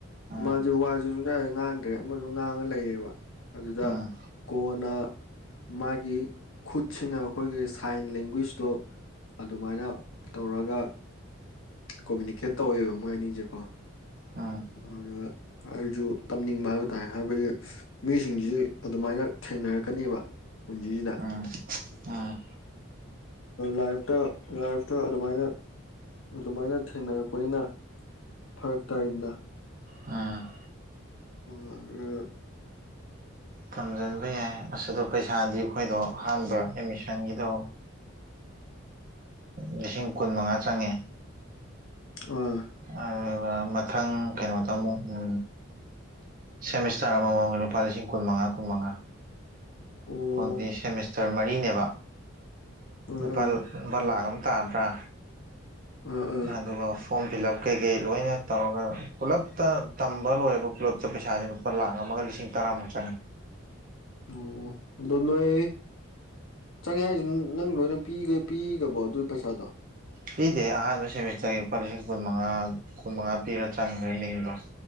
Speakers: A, on the right; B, on the left.
A: ꯎꯝ
B: ꯃꯥꯁꯦ ꯋꯥꯁꯦ ꯁꯨꯡ ꯌꯥꯔꯦ ꯉꯥꯡꯗ꯭ꯔꯦ ꯑꯃꯁꯨ ꯉꯥꯡꯉ ꯂꯩꯔꯦꯕ ꯑꯗꯨꯗ
A: ꯎꯝ
B: ꯀꯣꯟꯅ ꯃꯥꯒꯤ ꯈꯨꯠꯁꯤꯅ ꯑꯩꯈꯣꯏꯒꯤ ꯁꯥꯏꯟ ꯂꯦꯡꯒ꯭ꯋꯤꯁꯇꯣ ꯑꯗꯨꯃꯥꯏꯅ ꯇꯧꯔꯒ ꯀꯣꯃꯨꯅꯤꯀꯦꯠ ꯇꯧꯋꯦꯕ ꯃꯣꯏ ꯑꯅꯤꯁꯦꯀꯣ
A: ꯎꯝ
B: ꯑꯗꯨ ꯑꯩꯁꯨ ꯇꯝꯅꯤꯡꯕ ꯍꯥꯏꯕ ꯇꯥꯔꯦ ꯍꯥꯏꯕꯗꯤ ꯃꯤꯁꯤꯡꯁꯤꯁꯨ ꯑꯗꯨꯃꯥꯏꯅ ꯊꯦꯡꯅꯔꯛꯀꯅꯦꯕ ꯄꯨꯟꯁꯤꯁꯤꯗ
A: ꯎꯝ ꯎꯝ
B: ꯂꯥꯏꯐꯇ ꯂꯥꯏꯐꯇ ꯑꯗꯨꯃꯥꯏꯅ ꯑꯗꯨꯃꯥꯏꯅ ꯊꯦꯡꯅꯔꯛꯄꯅꯤꯅ ꯐꯔꯛ ꯇꯥꯏꯗꯅ
A: ꯑꯝ
B: ꯑꯣ
A: ꯇꯝꯖꯟꯕ ꯌꯥꯏ ꯑꯁꯤꯗ ꯄꯩꯁꯥꯗꯤ ꯑꯩꯈꯣꯏꯗꯣ ꯑꯍꯥꯟꯕ ꯑꯦꯠꯃꯤꯁꯟꯒꯤꯗꯣ ꯂꯤꯁꯤꯡ ꯀꯨꯟ ꯃꯉꯥ ꯆꯪꯉꯦ
B: ꯑ
A: ꯑꯗꯨꯒ ꯃꯊꯪ ꯀꯩꯅꯣꯗ ꯑꯃꯨꯛ ꯎ ꯁꯦꯃꯤꯁꯇꯔ ꯑꯃꯃꯝꯗ ꯂꯨꯄꯥ ꯂꯤꯁꯤꯡ ꯀꯨꯟꯃꯉꯥ ꯀꯨꯟꯃꯉꯥ
B: ꯑꯣ
A: ꯍꯧꯗꯤ ꯁꯦꯃꯤꯁꯇꯔ ꯃꯔꯤꯅꯦꯕ
B: ꯑꯥ
A: ꯂꯨꯄꯥ
B: ꯑꯥ
A: ꯕ ꯂꯥꯛ ꯑꯃ ꯇꯥꯕ꯭ꯔꯥ
B: ꯑꯥ ꯑꯥ
A: ꯑꯗꯨꯒ ꯐꯣꯔꯝ ꯐꯤꯜ ꯑꯞ ꯀꯩꯀꯩ ꯂꯣꯏꯅ ꯇꯧꯔꯒ ꯄꯨꯂꯞꯇ ꯇꯝꯕ ꯂꯣꯏꯔꯒ ꯄꯨꯜꯂꯞꯇ ꯄꯩꯁꯥꯁꯤ ꯂꯨꯄꯥ ꯂꯥꯛ ꯑꯃꯒ ꯂꯤꯁꯤꯡ ꯇꯔꯥꯃꯨꯛ ꯆꯪꯉꯦ
B: ꯑꯣ ꯑꯗꯣꯅꯣꯏ ꯆꯪꯉꯦ ꯍꯥꯏꯁꯤ ꯅꯪ ꯂꯣꯏꯅ ꯄꯤ ꯄꯤꯒꯕꯣ ꯑꯗꯨꯒꯤ ꯄꯩꯁꯥꯗꯣ
A: ꯄꯤꯗꯦ ꯑꯍꯥꯟꯕ ꯁꯦꯃꯤꯁꯇꯔꯒꯤ ꯂꯨꯄꯥ ꯂꯤꯁꯤꯡ ꯀꯨꯟꯃꯉꯥ ꯀꯨꯟꯃꯉꯥ ꯄꯤꯔ ꯆꯟꯈ꯭ꯔꯦ ꯂꯤꯡꯗꯣ